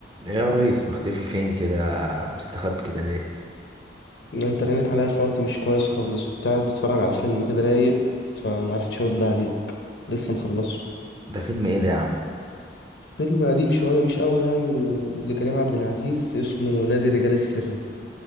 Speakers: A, on the right; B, on the left.
A: إيه يا ريس مختفي فين كده مستخبي كده ليه
B: ان انت رنيت عليا في وقت مش كويس خالص كنت قاعد بتفرج على فيلم كده رايق فمعرفتش ارد عليك لسه مخلصه
A: ده فيلم ايه ده يا عم
B: فيلم قديم شوية مش قوي يعني لكريم عبد العزيز اسمه نادي الرجال السري